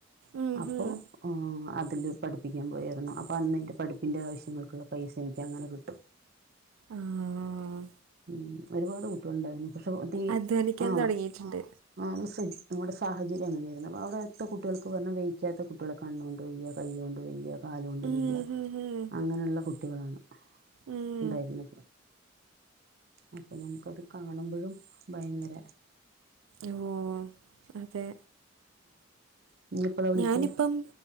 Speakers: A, on the right; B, on the right.
A: ഉം
B: അപ്പൊ
A: ഹും.
B: ആഹ് അതില് പഠിപ്പിക്കാൻ പോയാരുന്നു അപ്പോ അന്നെൻ്റെ പഠിപ്പിൻ്റെ ആവശ്യങ്ങൾക്കുള്ള പൈസ എനക്കങ്ങനെ കിട്ടും.
A: ആഹ്
B: ഉം ഒരുപാട് കുട്ടികളുണ്ടായിരുന്നു പക്ഷെ തീ
A: അധ്വാനിക്കാൻ
B: ആഹ്
A: തുടങ്ങിയിട്ടുണ്ട്.
B: ആഹ് <unintelligible> നമ്മുടെ സാഹചര്യം അങ്ങെനെയായിരുന്നു അ അവിടുത്തെ കുട്ടികൾക്ക് പറഞ്ഞാ വെഴിക്കാത്ത കുട്ടികളൊക്കെ കണ്ണോണ്ട് വയ്യാ കൈ കൊണ്ട് വയ്യാ കാല് കൊണ്ട്
A: ഉം
B: വയ്യ.
A: ഹും ഹും.
B: അങ്ങനെയുള്ള കുട്ടികളാണ്
A: ഉം.
B: ഉണ്ടായിരുന്നത്. അപ്പം നമുക്കത് കാണുമ്പോഴും ഭയങ്കര
A: ഓഹ് അതെ
B: ഉം നീ എപ്പളാ വിളിക്ക
A: ഞാനിപ്പം